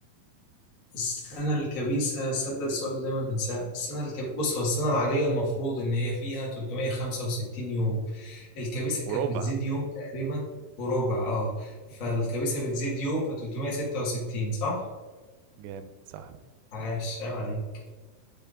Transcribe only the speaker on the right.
وربع
<laughs>
جامد صح